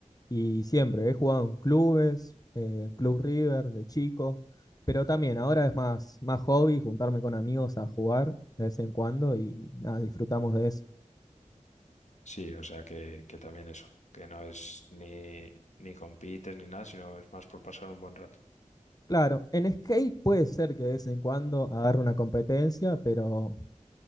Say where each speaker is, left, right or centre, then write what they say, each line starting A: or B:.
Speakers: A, on the left (about 30°); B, on the left (about 65°).
A: y siempre he jugado en clubes, eh, en Club River de chico, pero también ahora es más, más hobby juntarme con amigos a jugar de vez en cuando y nada, disfrutamos de eso.
B: Sí, o sea que, que también eso, que no es ni, ni compites ni nada, sino es más por pasar un buen rato.
A: Claro, en skate puede ser que de vez en cuando agarre una competencia, pero